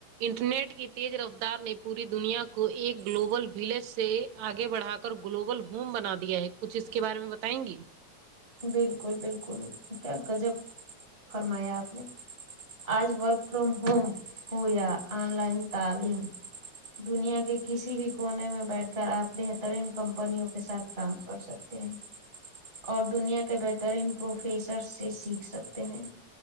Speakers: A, on the right (about 75°); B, on the right (about 20°).
A: انٹرنیٹ کی تیز رفتار نے پوری دنیا کو ایک گلوبل ولیج سے آگے بڑھا کر گلوبل ہوم بنا دیا ہے کچھ اس کے بارے میں بتائیں گی
B: بالکل بالکل کیا گجب فرمایا آپ نے آج ورک فروم ہوم ہویا آن لائن تعلیم دنیا کے کسی بھی کونے میں بیٹھ کر آپ بہترین کمپنیوں کے ساتھ کام کر سکتے ہیں اور دنیا کے بہترین پروفیسر سے سیکھ سکتے ہیں